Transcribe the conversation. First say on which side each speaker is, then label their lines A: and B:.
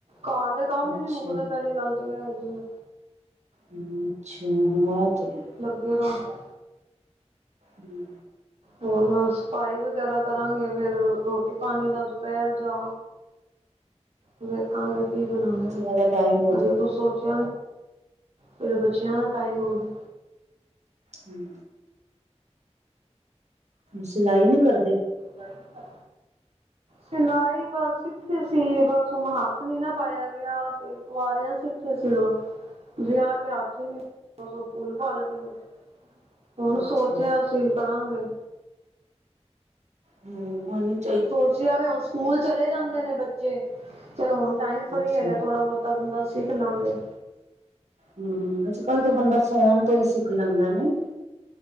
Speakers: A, on the right; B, on the right.
A: ਘਰ ਕਾੰਮ
B: ਅੱਛਾ
A: ਈ ਨੀ ਮੁੱਕਦੇ ਪੈਲੀ ਗਾੱਲ ਤੇ ਐ ਐਗੀ ਏ।
B: ਹੂੰ ਅੱਛਾ, ਹਾ ਐ ਤੇ ਹੈ।
A: <inaudible>
B: ਹੂੰ।
A: ਹੁਨ, ਸਫ਼ਾਈ ਵਗੈਰਾ ਕਰਾਂਗੇ ਫੇਰ ਰੋਟੀ-ਪਾਣੀ ਦਾ ਦੁਪੈਰ ਦਾ। ਵੇਕਾੱਗੇ
B: ਹਾਂ
A: ਕੀ ਬਨਾਨੈ,
B: ਫਿਰ ਬੱਚਿਆਂ ਦਾ ਟਾਈਮ ਹੋ
A: ਅਜੇ
B: ਜਾਏਗਾ
A: ਕੁਛ ਸੋਚ ਫਿਰ, ਬੱਚਿਆਂ ਦਾ ਟਾਈਮ ਹੋਵੇ
B: ਹਮ ਸਿਲਾਈ ਨੀ ਕਰਦੇ?
A: ਗੱਲ ਕੀਤਾ। ਸਿਲਾਈ ਬਸ ਸਿੱਖੀ ਸੀ ਬਸ ਹੁਣ ਹੱਥ ਨੀਨਾ ਪਾਇਆ ਵਿਆਹ ਤੇ। ਕੁਆਰਿਆਂ ਸਿੱਖੇ ਸੀ ਓ। ਵਿਆ ਕੇ ਆਖੇ ਨੀ <unintelligible> ਓ ਪੂਲ-ਪਾਲ ਗੇ ਆ। ਹੁਣ
B: ਅੱਛਾ
A: ਸੋਚੇਆ ਅਸੀਂ ਵੀ ਕਾਗੀ।
B: ਹੂੰ, <unintelligible>
A: ਸੋਚਿਆ ਵੀ ਹੁਣ ਸੁਕੂਲ ਚਲੇ ਜਾਂਦੇ ਨੇ ਬੱ ਜੇ, ਚਲੋ ਓਨ ਟਾਈਮ
B: ਹੈ
A: ਫ੍ਰੀ
B: ਅੱਛਾ
A: ਐਗੈ ਥੋੜਾ ਬੋਤਾ ਬੰਦਾ ਸਿੱਖ ਲਾਂਗੇ।
B: ਹੂੰ, ਆੱਜ-ਕਾੱਲ ਤੇ ਬੰਦਾ ਫੋਨ ਤੋ ਈ ਸਿੱਖ ਲੈਂਦਾ ਨਈ।